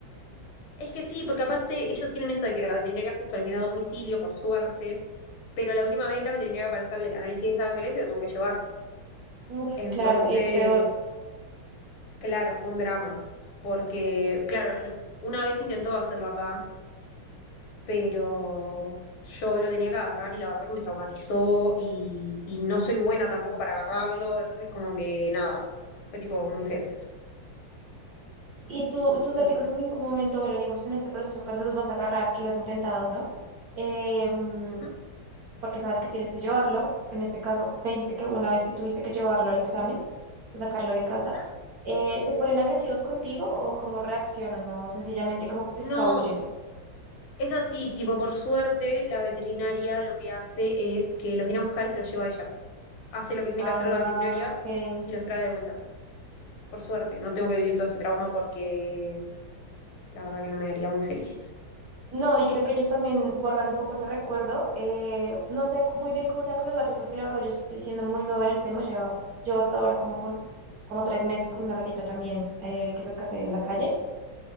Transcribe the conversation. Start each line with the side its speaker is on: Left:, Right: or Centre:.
Left: Es que sí, porque aparte ellos tienen eso de que la veterinaria justo la tiene a domicilio, por suerte, pero la última vez la veterinaria para hacerle análisis de sangre se lo tuvo que llevar.
Right: Ujú. Uf,
Left: Entonces,
Right: claro, y es peor.
Left: claro, fue un drama, porque, claro, lo- una vez intentó hacerlo acá, pero yo lo tenía que agarrar y la verdad que me traumatizó y, y no soy buena tampoco para agarrarlo, entonces como que nada, fue tipo muy feo,
Right: Y tú, tus
Left: pero
Right: gaticos
Left: bueno.
Right: en ningún momento, bueno, digamos que en este proceso, cuando los vas a agarrar, que lo has intentado, ¿no? Eh, mm,
Left: Ujú,
Right: porque sabes que tienes que llevarlo. En este caso, me dijiste que una vez sí tuviste que llevarlo al examen, o sacarlo de casa.
Left: ujú.
Right: Eh, ¿se ponen agresivos contigo o cómo reaccionan? ¿O sencillamente como que se
Left: No,
Right: escabullen?
Left: Es así, tipo, por suerte, la veterinaria lo que hace es que los viene a buscar y se los lleva a ella. Hace lo que tiene
Right: Ah,
Left: que hacer la veterinaria
Right: ok,
Left: y los trae de vuelta. Por suerte, no tengo que vivir todo ese trauma porque la verdad que no me haría muy feliz.
Right: No, y creo que ellos también guardan un poco ese recuerdo. eh, no sé muy bien cómo sea con los gatos, porque la verdad yo estoy siendo muy nueva en el tema. Yo, yo hasta ahora como con como tres meses con una gatita también eh, que rescaté en la calle.